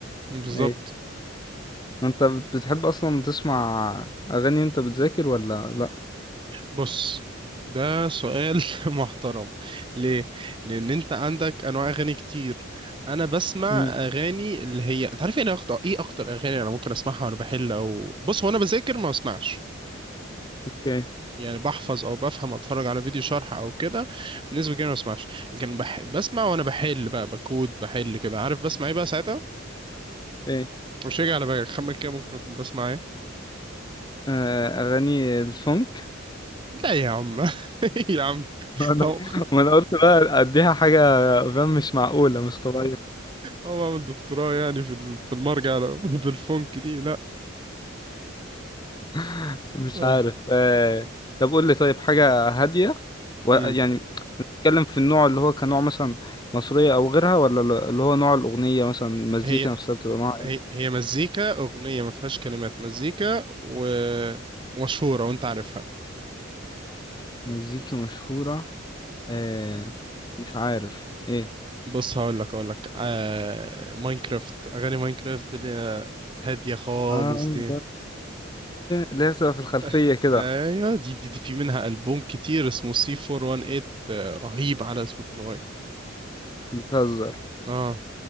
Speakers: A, on the right (about 25°); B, on the left (about 20°).
A: بالظبط
B: ايه انت بت- بتحب اصلا تسمع اغاني وانت بتذاكر ولا لا
A: بص ده سؤال <laughs> محترم ليه لان انت عندك انواع اغاني كتير انا بسمع
B: مم.
A: اغاني اللي هي انت عارف ايه اكتر ايه اكتر اغاني انا ممكن اسمعها وانا بحل او بص هو انا بذاكر ما بسمعش
B: اوكي
A: يعني بحفظ او بفهم اتفرج على فيديو شرح او كده بالنسبه لي ما بسمعش لكن بح... بسمع وانا بحل بقى بكود بحل كده عارف بسمع ايه بقى ساعتها
B: ايه
A: مش هيجي على بالك خمن كده ممكن اكون بسمع ايه
B: آه، اغاني الفونك
A: لا يا عم <laughs> يا عم
B: <laughs> وانا
A: هو
B: وأنا قلت بقى اديها حاجه فاهم مش معقوله مش طبيعيه
A: هو عامل دكتوراه يعني في ال- في المرجع لا، بالفونك <laughs> دي لا
B: <laughs> مش
A: اه
B: عارف آه، طب قول لي طيب حاجه هاديه و...
A: امم
B: يعني بتتكلم في النوع اللي هو كنوع مثلا مصرية أو غيرها ولا ال- اللي هو نوع الأغنية مثلا المزيكا
A: هي
B: نفسها بتبقى نوع إيه؟
A: هي هي مزيكا اغنيه ما فيهاش كلمات مزيكا و... ومشهوره وانت عارفها
B: مزيكا مشهورة آه مش عارف إيه
A: بص هقول لك هقول لك آه... ماينكرافت اغاني ماينكرافت اللي هي هاديه خالص
B: آه،
A: دي
B: اللي هي بتبقى في الخلفية
A: <laughs>
B: كده
A: ايوه دي دي, دي في منها البوم كتير اسمه سي 418 آه، رهيب على سبوتيفاي
B: بتهزر
A: اه